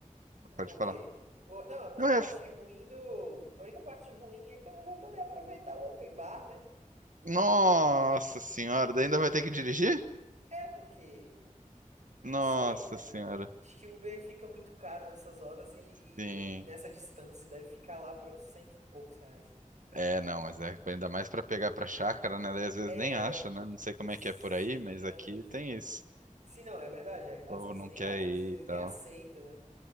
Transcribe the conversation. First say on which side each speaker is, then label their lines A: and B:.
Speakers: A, on the right (about 60°); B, on the right (about 75°).
A: o
B: Pode falar.
A: quê? O- não, é porque
B: Não
A: a
B: é.
A: parte ruim do. A única parte ruim é que eu não vou poder aproveitar o open bar, né?
B: Nossa senhora, daí ainda vai ter que dirigir?
A: É, porque
B: Nossa
A: Não sei, é,
B: senhora.
A: acho que Uber fica muito caro nessas horas e,
B: Sim.
A: e, e nessa distância deve ficar lá para os cento e poucos reais.
B: É, não, mas é ainda mais pra pegar pra chácara, né? Daí às vezes
A: É,
B: nem acha, né? Não sei como
A: sim,
B: é que é por aí, mas aqui
A: às vezes.
B: tem isso.
A: Sim, não, é verdade. é,
B: O povo
A: Às vezes
B: não
A: nem
B: quer
A: acha,
B: ir
A: às vezes
B: e
A: ele
B: tal.
A: nem aceita, né?